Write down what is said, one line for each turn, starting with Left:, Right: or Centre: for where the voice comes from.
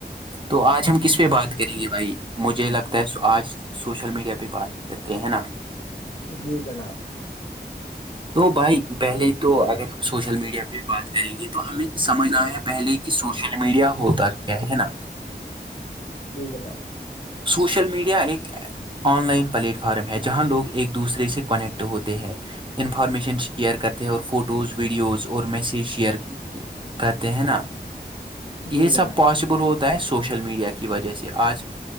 Right: تو آج ہم کس پہ بات کریں گے بھائی مجھے لگتا ہے آج سوشل میڈیا پہ بات کہتے ہیں نا
Left: جی جناب
Right: تو بھائی پہلے تو اگر ہم سوشل میڈیا پہ بات کریں گے تو ہمیں یہ سمجھنا ہے پہلے کہ سوشل میڈیا ہوتا کیا ہے نا
Left: جی جناب
Right: سوشل میڈیا ایک آن لائن پلیٹ فارم ہے جہاں لوگ ایک دوسرے سے کنیکٹ ہوتے ہیں انفارمیشن شیئر کرتے ہیں اور فوٹوز ویڈیوز اور میسیج شیئر کرتے ہیں نا یہ
Left: جی جناب
Right: سب پاسبل ہوتا ہے سوشل میڈیا کی وجہ سے آج